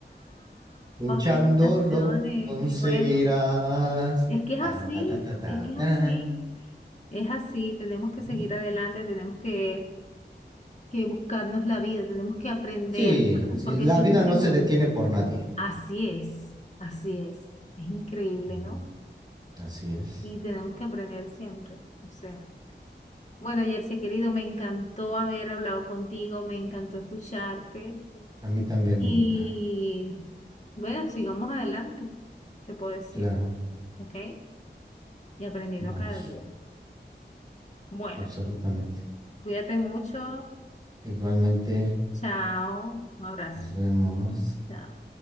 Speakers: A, on the right (about 20°); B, on the left (about 40°).
A: luchándolo
B: Felicitaciones,
A: conseguirás.
B: qué bueno. Es que es
A: Tan,
B: así,
A: ta, ta, ta, ta,
B: es que es
A: tan.
B: así, es así. Tenemos que
A: ¿Eh?
B: seguir adelante, tenemos que, que buscarnos la vida, tenemos que aprender,
A: Sí,
B: ¿sabes?
A: sí,
B: Porque
A: la
B: si
A: vida
B: uno siempre...
A: no se detiene por nadie.
B: Así es, así es. Es increíble,
A: Ujú,
B: ¿no?
A: Así es.
B: Y tenemos que aprender siempre. O sea, bueno, Jersey, querido, me encantó haber hablado contigo, me encantó escucharte
A: A mí también,
B: y
A: muñeca.
B: bueno, sigamos adelante, te puedo decir,
A: Claro,
B: ¿ok? y aprendiendo
A: vamos,
B: cada día. Bueno,
A: absolutamente.
B: cuídate mucho.
A: Igualmente,
B: Chao. Un abrazo.
A: nos vemos.
B: Chao.